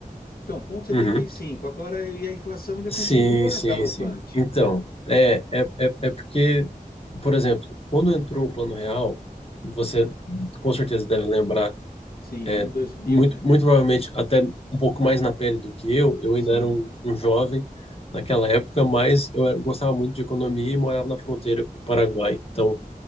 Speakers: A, on the left; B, on the left.
A: Então, ponto 75.
B: Uhum,
A: Agora, e a inflação ainda
B: sim,
A: continua
B: sim,
A: galopante.
B: sim. Então, é, é, é, é porque, por exemplo, quando entrou o Plano Real, você com certeza deve lembrar,
A: Sim,
B: é,
A: ano 2000,
B: muito,
A: né?
B: muito provavelmente até um pouco mais na pele do que eu, eu ainda
A: Sim,
B: era um, um jovem naquela época, mas eu era- gostava muito de economia e morava na fronteira com o Paraguai. Então,